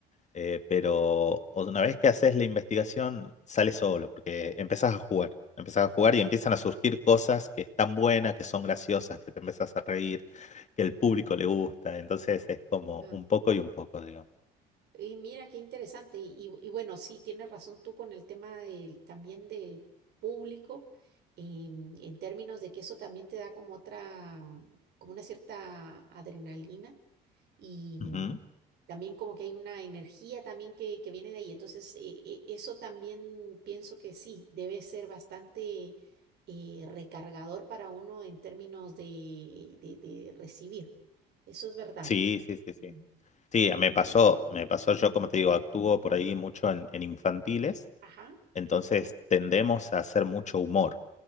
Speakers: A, on the left (about 40°); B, on the right (about 60°).
A: Eh, pero
B: oh,
A: una vez que haces la investigación, sale solo, porque empezás a jugar, empezás a jugar y empiezan a surgir cosas que están buenas, que son graciosas, que te empezás a reír, que el público le gusta, entonces es como
B: ah,
A: un poco y un poco, digamos.
B: Y mira qué interesante. Y, y- y bueno, sí, tienes razón tú con el tema del- también del público, em, en términos de que eso también te da como otra, como una cierta adrenalina Y mm,
A: Ujú.
B: también como que hay una energía también que, que viene de ahí. Entonces, eh, eh, eso también pienso que sí, debe ser bastante eh, recargador para uno en términos de, de, de recibir. Eso es verdad.
A: Sí, sí, sí, sí.
B: Mm.
A: Sí, me pasó, me pasó, yo como te digo, actúo por ahí mucho en, en infantiles,
B: Ajá,
A: entonces tendemos a hacer mucho humor